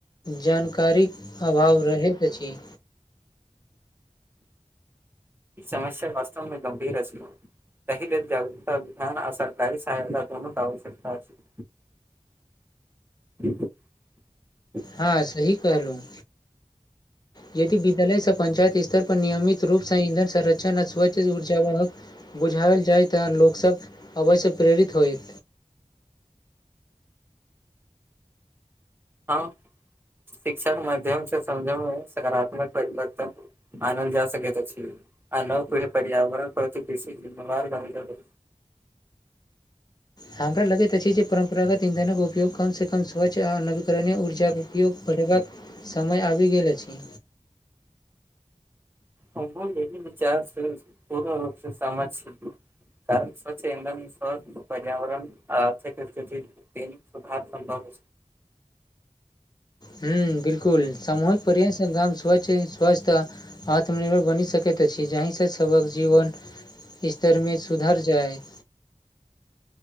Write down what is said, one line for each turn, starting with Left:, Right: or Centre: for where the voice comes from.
Left: जानकारीक अभाव रहैत अछि
Right: समस्या वास्तवमे गंभीर अछि तहि लेल जागृकता विधान आ सरकारी सहायता दुनु आवस्कता अछि <inaudible>
Left: हँ सही कहलहुँ यदि विद्यालय सँ पंचायत स्तर पर नियमित रूप इंधन संरक्षण आ ऊर्जा वाहक बुझायल जाय तऽ लोकस अवस्य प्रेरित होइत
Right: हँ शिक्षा के माध्यम सँ समझमे सात्मक परिवर्तन मानल जा सकैत अछि आ नव पिढी पर्यावरण प्रति बेसी जिमेवार <unintelligible>
Left: हमरा लगैत अछि जे परम्परागत ईंधनक उपयोग कम सँ कम कऽ स्वच्छ आ नवीकरणीय ऊर्जाक उपयोग बढ़ेबाक समय आबि गेल अछि
Right: हमहु यहि विचार सँ पूर्ण रूप सँ सहमत छी कारण स्वचछ इधन सँ पर्यावरण आ आर्थक स्थिति <unintelligible> सुधार सम्भव
Left: हुँ बिलकुल सामूहिक प्रयास सँ गाम स्वच्छ स्वस्त आत्मनिर्भर बनि सकैत अछि, जाहिसँ सभक जीवन स्तरमे सुधार जाइत